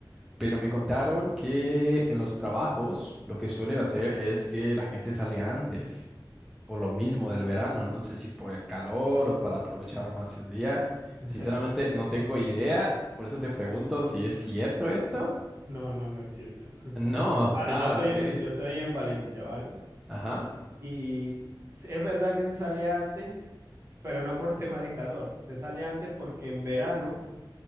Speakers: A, in the centre; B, on the right.
A: pero me contaron que en los trabajos lo que suelen hacer es que la gente sale antes, por lo mismo del verano, no sé si por el calor o para aprovechar más el día.
B: <laughs>
A: Sinceramente, no tengo idea, por eso te pregunto si es cierto esto.
B: No, no, no es cierto. <laughs>
A: No,
B: Vale,
A: <laughs> ah,
B: yo estoy
A: ok.
B: en, yo estoy en Valencia, ¿vale?
A: Ajá.
B: Y es verdad que se sale antes, pero no por <laughs> tema de calor. Se sale antes porque en verano